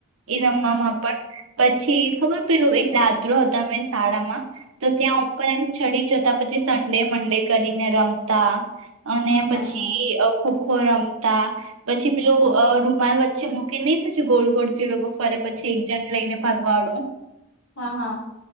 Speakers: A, on the right (about 80°); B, on the left (about 70°).
A: એ રમવામાં
B: હમ
A: પણ પછી ખબર પેલું એક દાદરો હતાં શાળામાં તો ત્યાં ઉપર એમ ચડી જતા પછી સન્ડે મંડે કરીને રમતા અને
B: હમ હમ
A: પછી
B: હમ
A: ખોખો રમતા પછી પેલું
B: હમ
A: રૂમાલ પછી મૂકી નને પછી ગોળ ગોળ ચીડ ફરે પછી એક જણ લઈને ભગવાડો
B: હા હા